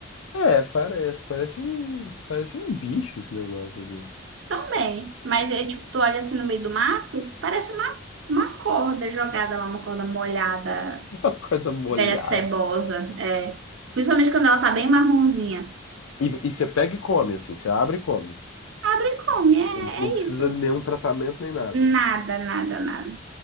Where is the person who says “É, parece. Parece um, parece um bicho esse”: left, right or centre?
Left